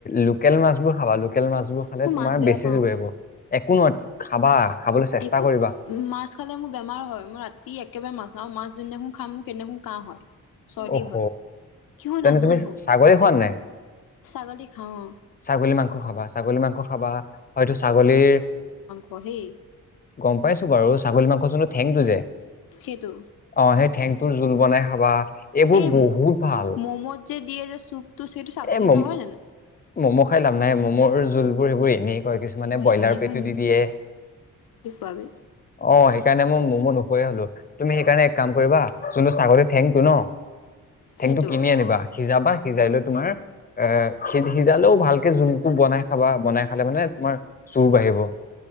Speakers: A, on the left; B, on the left.
A: লোকেল মাছবোৰ খাবা লোকেল মাছবোৰ খালে
B: মই
A: তোমাৰ
B: মাছ বেয়া
A: বেছি
B: পাওঁ
A: জোৰ বাঢ়িব একো নহয় খাবা। খাবলৈ চেষ্টা
B: একো
A: কৰিবা
B: মাছ খালে মোৰ বেমাৰ হয় মই ৰাতি একেবাৰে মাছ নাখাওঁ মাছ যোন দিনাখন খাম মোৰ সেইদিনাখন কাঁহ হয়। চৰ্দি
A: অহ
B: হয় কিয়
A: তেন্তে
B: নাজানো
A: তুমি ছাগলী খোৱা নাই?
B: ছাগলী খাওঁ
A: ছাগলী মাংস খাবা ছাগলী মাংস খাবা হয়তো ছাগলীৰ
B: পঢ়ি
A: গম পাইছো বাৰু ছাগলী মাংস যোনটো ঠেংটো যে
B: সেইটো
A: অ সেই ঠেংটোৰ জোল বনাই খাবা এইবোৰ
B: এই
A: বহুত ভাল
B: ম'মত যে দিয়ে যে চুপটো সেইটো ছাগলীৰ
A: এ মম
B: নহয় জানো?
A: ম'ম খাই লাভ নাই ম'মৰ জোলবোৰ সেইবোৰ এনেই কিছুমানে
B: অ
A: ব্ৰইলাৰ
B: এনেই
A: পেটো
B: হয় নেকি
A: দি দিয়ে
B: কি কোৱা বে
A: অ সেইকাৰণে মই ম'ম নুখুৱায় হ'লো তুমি সেইকাৰণে এক কাম কৰিবা যোনটো ছাগলী ঠেংটো ন ঠেংটো
B: সেইটো
A: কিনি আনিবা সিজাবা সিজাই লৈ তোমাৰ সি সিজালেও ভালকে জোলটো বনাই খাবা বনাই খালে মানে তোমাৰ জুৰ বাঢ়িব্